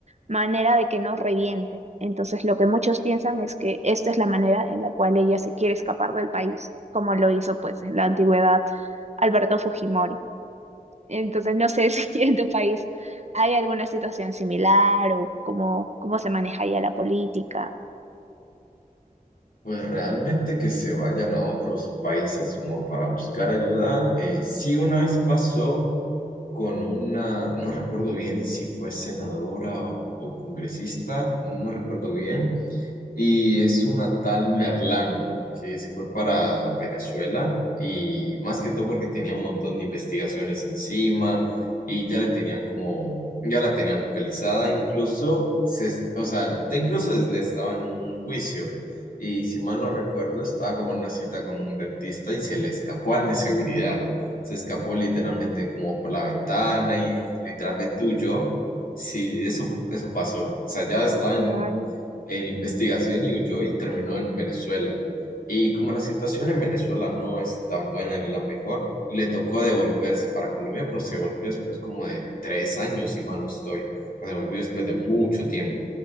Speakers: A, on the right (about 50°); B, on the left (about 75°).
A: manera de que no reviente. Entonces, lo que muchos piensan es que esta es la manera en la cual ella se quiere escapar del país, como lo hizo pues en la antigüedad Alberto Fujimori. Entonces, no sé <laughs> si en tu país hay alguna situación similar o cómo, cómo se maneja ya la política.
B: Pues realmente que se vayan a otros países como para buscar ayuda. eh, sí, una vez pasó con una, no recuerdo bien si fue senadora o o congresista, no recuerdo bien Y es una tal Merlano que se fue para Venezuela y más que todo porque tenía un montón de investigaciones encima y ya le tenían como, ya la tenían localizada, incluso, se, es- o sea, ya incluso es- le estaba en un juicio y si mal no recuerdo estaba como en una cita con un dentista y se le escapó al de seguridad, se escapó literalmente como por la ventana y literalmente huyó. Sí, eso, eso pasó. O sea, ya estaban
A: Vaya,
B: en investigación y huyó y terminó en Venezuela. Y como la situación en Venezuela no es tan buena ni la mejor, le tocó devolverse para Colombia, pero se volvió después como de tres años, si mal no estoy. Se volvió después de mucho tiempo.